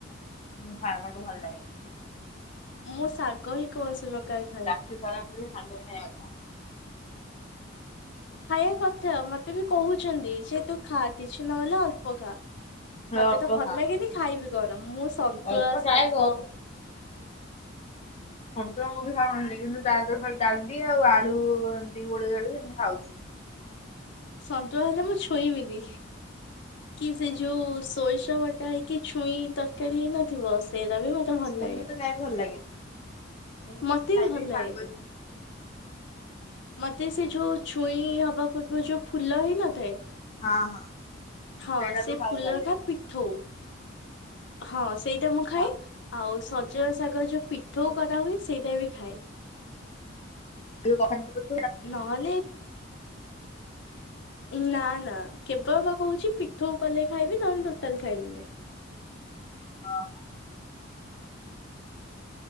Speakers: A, on the left; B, on the left.
A: ହୁଁ ଖାଏ ମତେ ଭଲ ଲାଗେ।
B: ମୁଁ ଶାଗ ହିଁ କୌଣସି ପ୍ରକାର ଖାଏନି।
A: ଖୀ ଖରାପ ହେଲେ ଶାଗ ଖାଇବା କଥା।
B: ଖାଇବା କଥା ମତେ ବି କହୁଛନ୍ତି ସେ ତୁ ଖା କିଛି ନହେଲେ ଅଳ୍ପ ଖା। ମତେ
A: ଅଳ୍ପ
B: ତ ଭଲ
A: ଖା।
B: ଲାଗେନି ଖାଇବି କଣ ମୁଁ ସନ୍ତୁଳା
A: ଅଳ୍ପ ଟ୍ରାଏ
B: ଶାଗ।
A: କର ସନ୍ତୁଳା ମୁଁ ବି ଖାଉନଥିଲି କିନ୍ତୁ ତା ଦେହରୁ ଖାଲି ଡାଲି ଆଉ ଆଳୁଏମିତି ଗୋଳେଇ ଗାଳି ଏମତି ଖାଉଚି।
B: ସନ୍ତୁଳା ହେଲେ ମୁଁ ଛୁଇଁବିନି। କି ସେ ଯୋଉ ସୋରିଷ ବଟା ହେଇକି ଛୁଇଁ ତରକାରୀ ହେଇ ନଥିବ ସେରା ବି ମ ତେ ଭଲ
A: ଛୁଇଁ
B: ଲାଗେନି।
A: ମତେ ଖାଇବାକୁ ଭଲ ଲାଗେନି ମୁଁ ଯଦି
B: ମତେ
A: ଖାଇବି
B: ବି ଭଲ
A: ଶାଗ
B: ଲାଗେନି।
A: ହିଁ ଖାଇବି।
B: ମତେ ସେ ଯୋଉ ଛୁଇଁ ହବା ପୂର୍ବ ଯୋଉ ଫୁଲ ହେଇ ନଥାଏ।
A: ହଁ ହଁ
B: ହଁ
A: ସେଇଟା
B: ସେ
A: ତୁ ଖାଉ
B: ଫୁଲଟା
A: ତାହେଲେ
B: ପିଠଉ। ହଁ ସେଇଟା ମୁଁ
A: ହଁ
B: ଖାଏ ଆଉ ସଜନା ଶାଗର ଯୋଉ ପିଠଉ କରା ହୁଏ ସେଇଟାବି ବି ଖାଏ।
A: ଏଉ କଥା ବ <inaudible>
B: ନହେଲେ ନା ନା କେବଳ ବା କହୁଛି ପିଠ କଲେ ଖାଇବି ନହେଲେ ଟୋଟାଲ ଖାଇବିନି।
A: ହଁ ହଁ।